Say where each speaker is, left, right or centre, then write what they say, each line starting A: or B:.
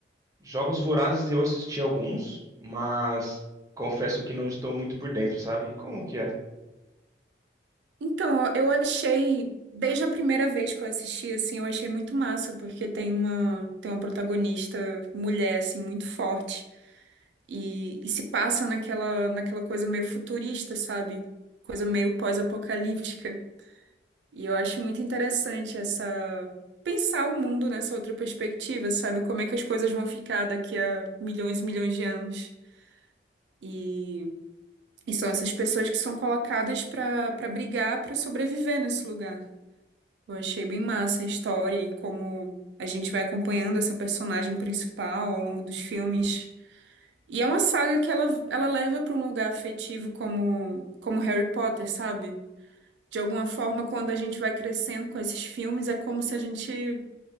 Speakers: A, on the right; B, on the right.
A: Jogos Vorazes eu assisti alguns, mas confesso que não estou muito por dentro, sabe? Como que é?
B: Então, eu achei, desde a primeira vez que eu assisti, assim, eu achei muito massa, porque tem uma, tem uma protagonista mulher, assim, muito forte. E, e se passa naquela, naquela coisa meio futurista, sabe? Coisa meio pós-apocalíptica. E eu acho muito interessante essa... Pensar o mundo nessa outra perspectiva, sabe? Como é que as coisas vão ficar daqui a milhões e milhões de anos. E, e são essas pessoas que são colocadas para para brigar, para sobreviver nesse lugar. Eu achei bem massa a história e como a gente vai acompanhando essa personagem principal ao longo dos filmes. E é uma saga que ela, ela leva para um lugar afetivo como, como Harry Potter, sabe? De alguma forma, quando a gente vai crescendo com esses filmes, é como se a gente